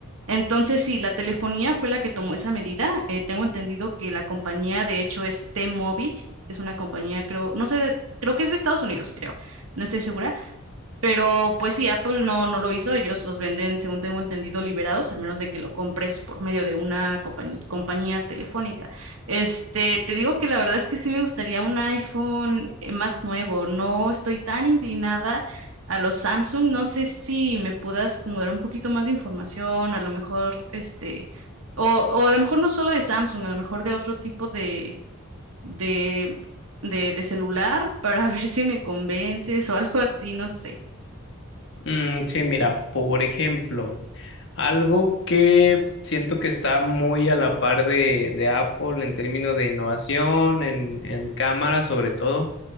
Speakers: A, on the right; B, on the left.
A: Entonces, sí, la telefonía fue la que tomó esa medida. eh, tengo entendido que la compañía, de hecho, es T-Mobile, es una compañía, creo, no sé, creo que es de Estados Unidos, creo, no estoy segura pero pues sí, Apple no, no lo hizo, ellos los venden, según tengo entendido, liberados, al menos de que lo compres por medio de una compañ- compañía telefónica. Este, te digo que la verdad es que sí me gustaría un iPhone eh, más nuevo, no estoy tan inclinada a los Samsung, no sé si me puedas como dar un poquito más de información, a lo mejor, este, o, o a lo mejor no solo de Samsung, a lo mejor de otro tipo de, de, de, de celular para <laughs> ver si me convences o algo así, no sé.
B: Mm, sí, mira, por ejemplo. Algo que siento que está muy a la par de, de Apple en términos de innovación, en, en cámara sobre todo,